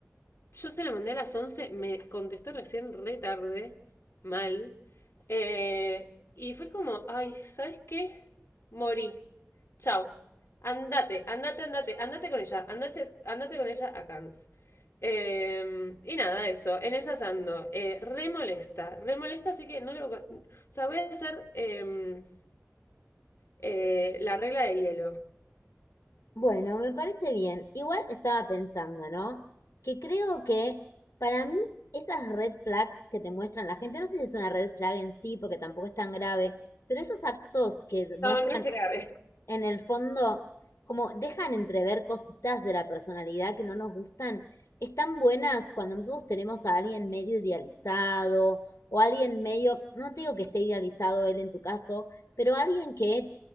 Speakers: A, on the left; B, on the left.
A: yo se lo mandé a las 11 me contestó recién re tarde, mal. Eh, y fue como, ay, ¿sabes qué? Morí. Chao. Andate, andate, andate, andate con ella, andate, andate con ella a Cannes. Eh, y nada, eso, en esas ando. Eh, re molesta, re molesta, así que no le voy a... O sea, voy a hacer eh, eh, la regla de hielo.
B: Bueno, me parece bien. Igual estaba pensando, ¿no? Que creo que para mí esas red flags que te muestran la gente, no sé si es una red flag en sí, porque tampoco es tan grave, pero esos actos que muestran
A: No, no es grave.
B: en el fondo, como dejan entrever cositas de la personalidad que no nos gustan, están buenas cuando nosotros tenemos a alguien medio idealizado o alguien medio, no te digo que esté idealizado él en tu caso, pero alguien que